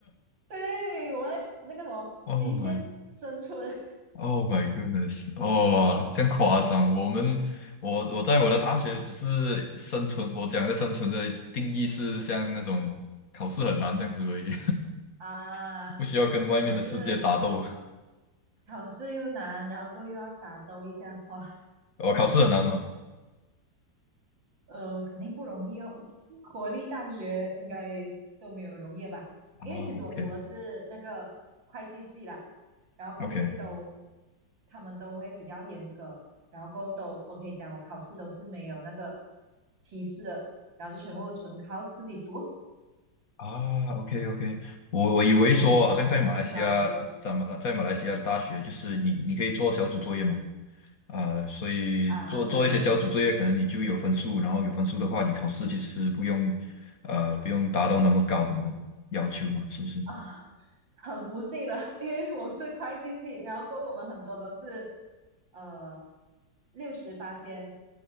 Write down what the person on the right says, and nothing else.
对，我们在那个什么极限生存
<laughs> 啊，
我们是唉，考试又难，然后过后又要打斗一下，哇，
呃，肯定不容易哦。<laughs> 国立大学应该都没有容易吧？
因为其实我读的是那个会计系啦，然后会计系都
他们都会比较严格，然后过后都我可以讲我考试都是没有那个提示的，然后就全部纯靠自己读，
所以很 struggle
啊。对，
啊，很不幸的，<laughs> 因为我是会计系，然后跟我们很多都是呃六十八仙，